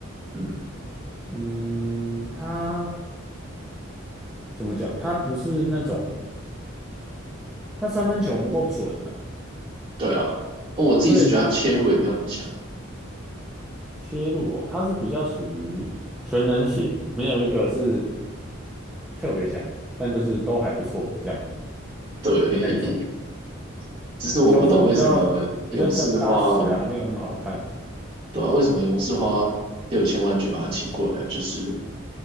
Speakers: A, on the right; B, in the centre.
A: 嗯，
B: 嗯，他怎么讲？他不是那种他三分球不够准啊，
A: 对啊，哦，我自己是觉得他切入也没有很强。
B: 所以他切入哦，他是比较属于全能型，没有一个是特别强，但就是都还不错这样
A: 对，
B: 的那种，
A: 只是我不懂为什么勇士花
B: 球风比较比较扎实啊，没有那么好看。
A: 对啊，为什么勇士花六千万去把他请过来，就是